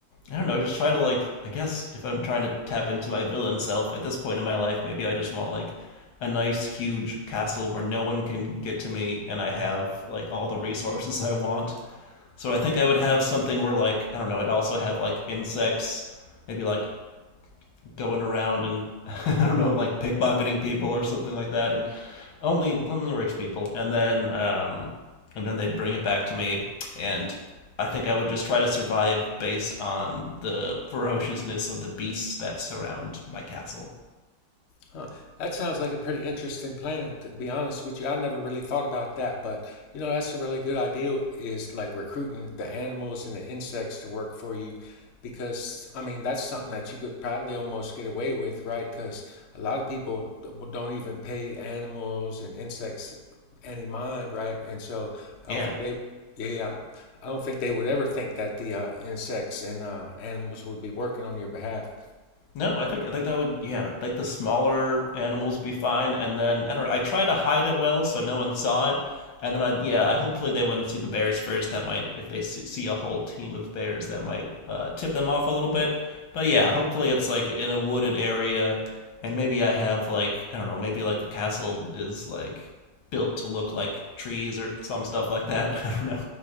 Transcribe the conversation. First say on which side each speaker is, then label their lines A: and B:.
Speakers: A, on the left (about 75°); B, on the left (about 55°).
A: I don't know. Just try to like. I guess if I'm trying to tap into my villain self at this point in my life, maybe I just want like a nice huge castle where no one can get to me, and I have like all the resources I want. So I think I would have something where like I don't know. I'd also have like insects, maybe like going around and <laughs> I don't know, like pickpocketing people or something like that, and only only rich people. And then um, and then they'd bring it back to me, and I think I would just try to survive based on the ferociousness of the beasts that surround my castle.
B: Huh. That sounds like a pretty interesting plan. To be honest with you, I never really thought about that, but you know that's a really good idea. Is like recruiting the animals and the insects to work for you, because I mean that's something that you could probably almost get away with, right? Because a lot of people don't even pay animals and insects any mind, right? And so I don't
A: Yeah,
B: think they, yeah, I don't think they would ever think that the uh, insects and uh, animals would be working on your behalf.
A: No, I think I think that would yeah, I think the smaller animals would be fine. And then I don't know. I try to hide it well so no one saw it. And then I yeah, I hopefully they wouldn't see the bears first. That might if they see see a whole team of bears, that might uh, tip them off a little bit. But yeah, hopefully it's like in a wooded area, and maybe I have like I don't know, maybe like the castle is like built to look like trees or some stuff like that. <laughs> I don't know.